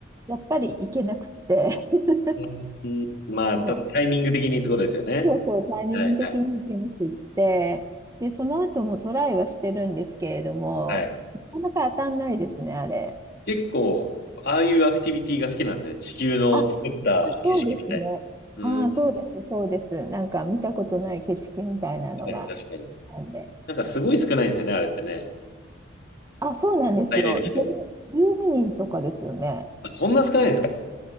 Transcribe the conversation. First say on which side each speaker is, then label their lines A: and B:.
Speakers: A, on the right (about 15°); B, on the left (about 50°).
A: やっぱり行けなくって、<laughs>
B: うーん、まあ、
A: その、
B: ただタイミング的にってことですよね。
A: そうそう、タイミング的に行けなくって、
B: はいはい
A: で、その後もトライはしてるんですけれども、
B: はい。
A: なかなか当たんないですね、あれ。
B: 結構、ああいうアクティビティが好きなんですね。地球の作った景色みたい
A: あ、そうですね。
B: な。
A: ああ、
B: うん、
A: そうです、
B: 確
A: そうです。なんか見たことない景色みたいなのが
B: かに確かに。
A: あるんで。
B: なんかすごい少ないんですよね、あれってね。
A: あ、そうなんですよ。
B: 入れる人。
A: 10、人とかですよね。
B: あ、そんな少ないんですか